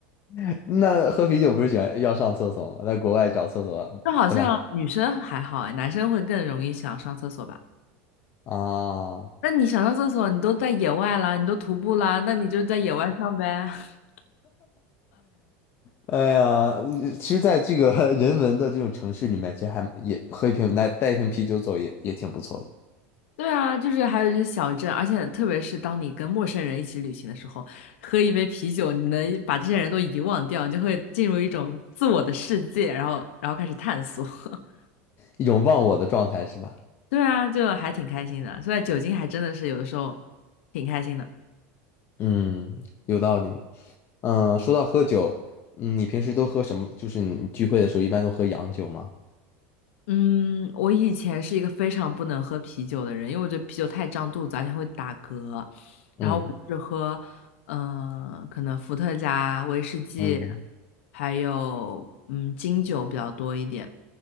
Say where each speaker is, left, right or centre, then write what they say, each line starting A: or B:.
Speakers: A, on the left; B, on the left.
A: <laughs> 那喝啤酒不是喜欢要上厕所吗？在国外找厕所不太好
B: 就好像女生还好哎，男生会更容易想上厕所吧。
A: 找啊。
B: 那你想上厕所，你都在野外啦，你都徒步啦，那你就在野外上呗。<laughs>
A: 哎呀，其实，在这个 <laughs> 人文的这种城市里面，其实还也喝一瓶来带一瓶啤酒走也也挺不错的，
B: 对啊，就是还有一些小镇，而且特别是当你跟陌生人一起旅行的时候，喝一杯啤酒，你能把这些人都遗忘掉，你就会进入一种自我的世界，然后然后开始探索。<laughs>
A: 一种忘我的状态是吧？
B: 对啊，就还挺开心的，所以酒精还真的是有的时候挺开心的。
A: 嗯，有道理。嗯，说到喝酒，嗯，你平时都喝什么？就是你聚会的时候一般都喝洋酒吗？
B: 嗯，我以前是一个非常不能喝啤酒的人，因为我觉得啤酒太胀肚子，而且会打嗝。然后我只喝，
A: 嗯
B: 嗯、可能伏特加、威士忌，
A: 嗯
B: 还有嗯金酒比较多一点。